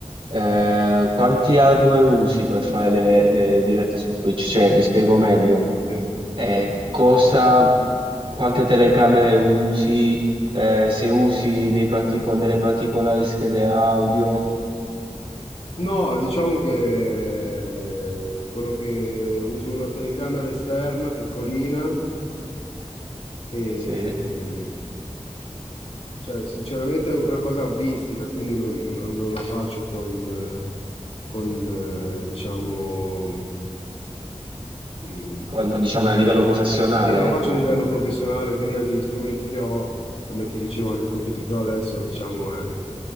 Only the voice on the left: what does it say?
Sì.
No, diciamo che quello che uso una telecamera esterna piccolina e,
Cioè, sinceramente è una cosa hobbistica, quindi non, non- non la faccio con, eh, con, eh, diciamo, Mm.
Io non lo faccio
a livello professionale, quindi anche gli strumenti che ho, come ti dicevo, anche il computer che ho adesso, diciamo, è un